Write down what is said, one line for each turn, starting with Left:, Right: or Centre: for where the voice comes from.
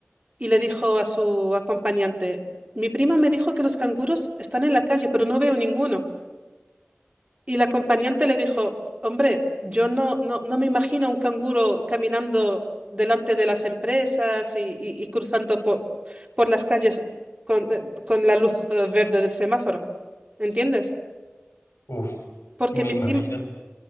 Right: y le dijo a su acompañante, mi prima me dijo que los canguros están en la calle, pero no veo ninguno. Y la acompañante le dijo, hombre, yo no, no, no me imagino un canguro caminando delante de las empresas y, y- y cruzando po- por las calles con, eh, con la luz eh, verde del semáforo. ¿Entiendes?
Left: Uf,
Right: Porque
Left: me
Right: mi
Left: imagino.
Right: prim-